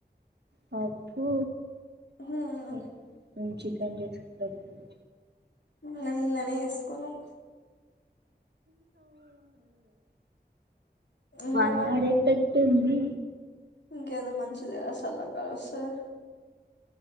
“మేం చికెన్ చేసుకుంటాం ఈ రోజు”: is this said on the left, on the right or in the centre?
Right